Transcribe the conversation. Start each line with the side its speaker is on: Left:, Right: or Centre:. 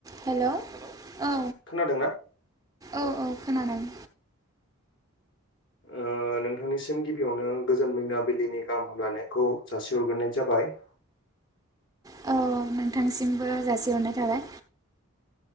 Right: हेलौ औ
Left: खोनादोंना?
Right: औ औ <unintelligible>
Left: ओ नोंथांनिसिम गिबियावनो गोजोन मोनैनाबिलिनि गाहाम हामलायानायखौ जासिहरग्रोनाय जाबाय।
Right: औ नोंथांसिमबो जासिहरनाय थाबाय।